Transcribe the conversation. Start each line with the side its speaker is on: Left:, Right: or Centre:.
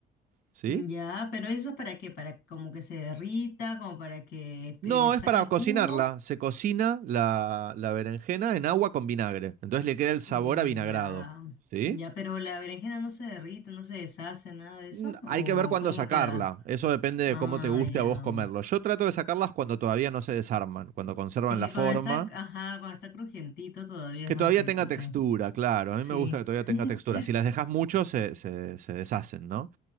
Right: ¿sí?
Left: ujú. Ya, pero eso es para qué, para como que se derrita, como para que
Right: No,
Left: eh,
Right: es
Left: saque
Right: para
Left: el jugo.
Right: cocinarla, se cocina la, la berenjena en agua con vinagre, entonces le queda el sabor
Left: Mm,
Right: a vinagrado,
Left: ya,
Right: ¿sí?
Left: ya, pero la berenjena no se derrite, no se deshace, nada de eso.
Right: Mm,
Left: ¿O
Right: Hay que ver cuándo
Left: cómo
Right: sacarla,
Left: queda?
Right: eso depende
Left: Ah,
Right: de cómo te guste
Left: ya.
Right: a vos comerlo. Yo trato de sacarlas cuando todavía no se desarman, cuando conservan
Left: Es que
Right: la forma.
Left: cuando está, ajá, cuando está crujientito todavía
Right: Que
Left: es más
Right: todavía
Left: rico,
Right: tenga textura,
Left: sí.
Right: claro.
Left: Sí.
Right: A mí me gusta que todavía tenga
Left: <laughs>
Right: textura. Si las dejas mucho, se, se- se deshacen, ¿no?